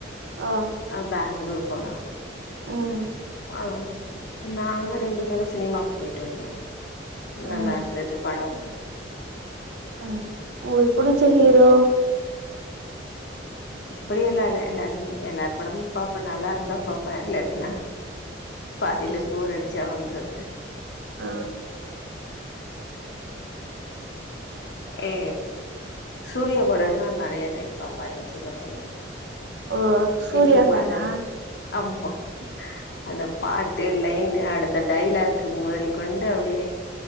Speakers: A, on the right (about 65°); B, on the left (about 60°).
A: ஓ
B: அ பேங்களூர் போனா
A: ம்
B: அ நாங்க ரெண்டு பேரு சினிமாக்கு போயிட் ரெண்டு நல்லாருந்தது
A: ம்
B: படோ
A: ம் உங்களுக்கு புடுச்ச ஹீரோ
B: இப்டி எல்லா இல்ல எல்லாருமே எல்லாரு படமும் பாப்ப நல்லாருந்தா பாப்ப இல்லன் நா பாதில போரடிச்சா வந்துருவ
A: ஆ
B: ஏ சூரியா படோனா நெறையா டைம் பாப்பா எங்க சின்ன பொண்ணு
A: ஓ சூர்யா
B: <unintelligible>
A: ஃபேனா
B: அம்மா அந்த பாட் த்த லைனு அடுத்த டைலாக்கு முதல் கொண்டு அப்டியே